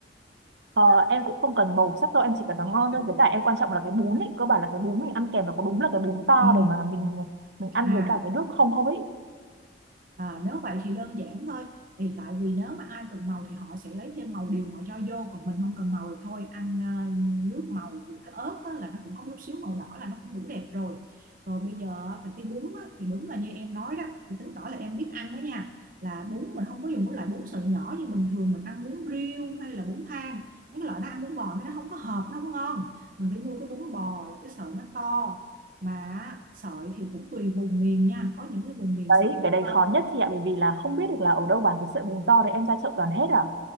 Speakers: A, on the right; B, on the right.
A: ờ, em cũng không cần màu sắc đâu em chỉ cần nó ngon thôi với cả em quan trọng là cái bún ấy cơ bản là cái bún mình ăn kèm nó có đúng là cái bún to
B: ừ.
A: để mà mình mình ăn
B: à
A: với cả cái nước không không ấy
B: À, nếu vậy thì đơn giản thôi thì tại vì nếu mà ai cần màu thì họ sẽ lấy thêm màu điều họ cho vô còn mình không cần màu thì thôi ăn ờ, nước màu của cái ớt á, là nó cũng có chút xíu màu đỏ là nó cũng đủ đẹp rồi rồi bây giờ về cái bún á, thì đúng là như em nói đó thì chứng tỏ là em biết ăn đó nha là bún mình không có dùng cái loại bún sợi nhỏ như bình thường mình ăn bún riêu hay là bún thang mấy cái loại nó ăn bún bò nó không có hợp nó không ngon mình phải mua cái bún bò là cái sợi nó to mà sợi thì cũng tùy vùng miền nha có những cái vùng miền
A: Đấy,
B: sợi nó
A: cái đấy
B: to
A: khó nhất chị ạ, bởi vì là không biết được là ở đâu bán cái sợi bùn to đấy em ra chợ toàn hết à.